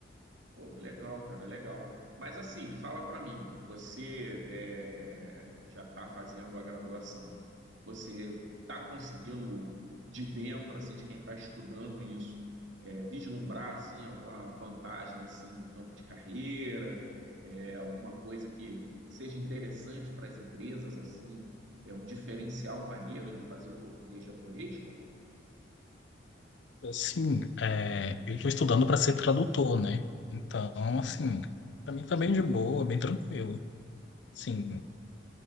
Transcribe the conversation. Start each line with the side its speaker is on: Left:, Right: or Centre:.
Right: Pô, legal, cara, legal. Mas assim, fala para mim, você é, que já está fazendo a graduação, você está conseguindo de dentro, assim, de quem está estudando isso, é, vislumbrar assim alguma vantagem assim do campo de carreira, é, alguma coisa que seja interessante para as empresas assim, é um diferencial maneiro de fazer o português japonês, cara?
Left: Assim, é, eu estou estudando para ser tradutor, né? Então,
Right: Sim,
Left: assim,
Right: sim, sim,
Left: para mim tá bem de boa, bem tranquilo. Sim,